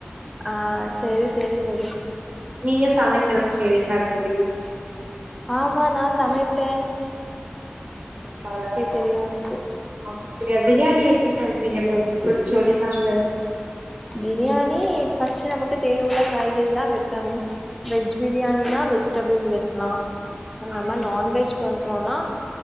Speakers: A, in the centre; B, on the right (about 50°).
A: ஆ செரி செரி தோழி
B: நீங்க சமைக்கலா செய்வீங்களா தோழி
A: ஆமா நான் சமைப்பேன்
B: பழதான் இரி
A: தெரியு எனக்கு
B: அப்டிய பிரியாணி எப்டி சமப்பிங்க தோழி சொல்லி தாங்க
A: பிரியாணி ஃபர்ஸ்ட் நமக்கு தேவ உள்ள காய்கறி எல்லா வெட்டணு வெஜ் பிரியாணின்னா வெஜிடபிள்ஸ் வெட்லா
B: ஆ
A: நம்ம நான்வெஜ் பண்றோன்னா